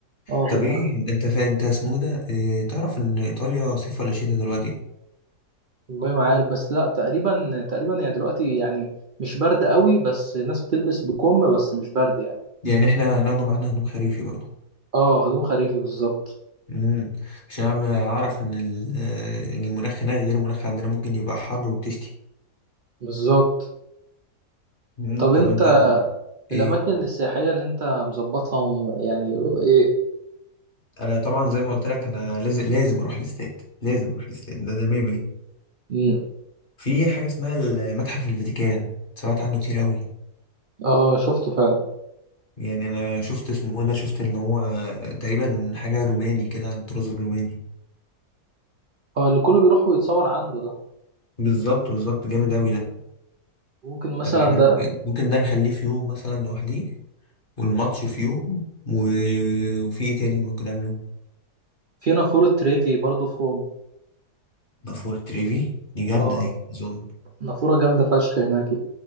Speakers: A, on the right; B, on the left.
A: اه
B: طب
A: فالتنقل
B: ايه انت فا انت اسمه إيه ده إيه تعرف ان ايطاليا صيف ولا شتاء دلوقتي
A: والله ما عارف بس لا تقريبا تقريبا هي دلوقتي يعني مش برد قوي بس الناس بتلبس بكم بس مش برد يعني
B: يعني احنا هناخده معانا هدوم خريفي برضه
A: اه هجوم خريفي بالظبط
B: امم عشان انا اعرف ان ال- آه، المناخ هناك غير المناخ عندنا ممكن يبقى حر وبتشتي
A: بالظبط
B: امم
A: طب
B: طب
A: انت
B: انت
A: الاماكن
B: ايه
A: السياحيه اللي انت مظبطها وم- يعني ايه
B: انا طبعا زي ما قلت لك انا لازم لازم اروح الاستاد لازم اروح الاستاد ده ده ميمي
A: مم.
B: في حاجه اسمها المتحف الفاتيكان سمعت عنه كتير قوي
A: اه شفته فعلا
B: يعني انا شفت اسمه انا شفت ان هو تقريبا حاجه روماني كده عن الطراز الروماني
A: اه اللي كله بيروح ويتصور عنده ده
B: بالظبط بالظبط جامد اوي ده
A: ممكن مثلا
B: طب احنا
A: ده
B: ممكن ممكن ده نخليه في يوم مثلا لوحديه والماتش في يوم و... وفي ايه تاني ممكن نعمله
A: في نافوره تريفي برضو في روما
B: نافورة تريفي دي جامده
A: اه
B: دي اظن
A: نافوره جامده فشخ هناك